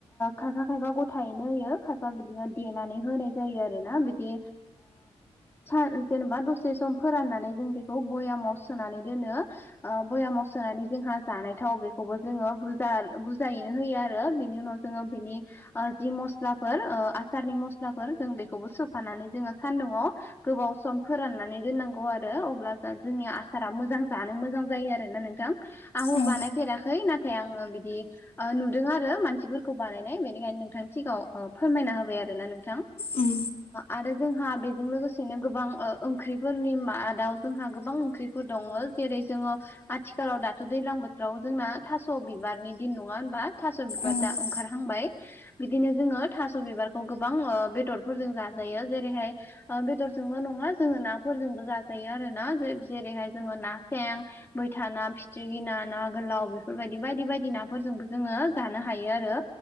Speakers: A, on the left; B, on the left.
A: खायफा खायफा गथायैनो होयो खायफा बिदिनो देनानै होनाय जायो आरो ना बिदि जेनेबा दसे सम फोराननानै जों बेखौ भयामाव सोनानै दोनो भयामाव सोनानै जोंहा जानाय थाव बेखौबो जोङो बज बुजायैनो होयो आरो बेनि उनाव जोङो बिनि जि मस्लाफोर आसारनि मस्लाफोर जों बेखौबो सोफानानै जोङो सान्दुंङआव गोबाव सम फोराननानै दोननांगौ आरो अब्ला जोंनि आसारा मोजां जानो मोजां जायो। आरोना नोंथां आंबो
B: औ
A: बानायफेराखै नाथाय आङो बिदि नुदों आरो मानसिफोरखौ। खौ बानायनाय बेनिखायनो नोंथांनि सिगाङाव फोरमायना होबाय आरोना नोंथां
B: उम
A: आरो जोंहा बेजों लोगोसेनो गोबां ओंख्रिफोरनि मा दउ जोंहा गोबां ओंख्रिफोर दङ जेरै जोङो आथिखालाव दाथ' दैज्लां बोथोराव जोंना थास' बिबारनि दिन नङा होनबा थास' बिबार
B: औ
A: दा ओंखारहांबाय बिदिनो जोङो थास' बिबारखौ गोबां बेदरफोरजों जाजायो जेरैहाय बेदरजोंल' नङा जोङो नाफोरजोंबो जाजायो आरो ना जेरैहाय जोङो ना सें मैथा ना फिथि्रिखि ना ना गोलाव बेफोरबायदि बायदि बायदि नाफोरजोंबो जोङो जानो हायो बे आरो